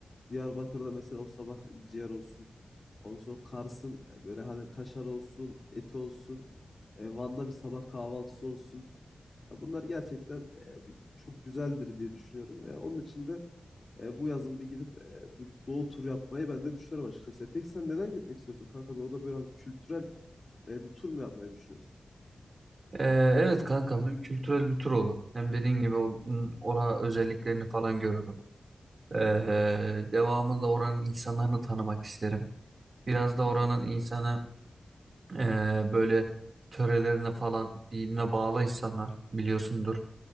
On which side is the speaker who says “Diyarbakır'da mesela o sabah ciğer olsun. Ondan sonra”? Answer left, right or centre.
Left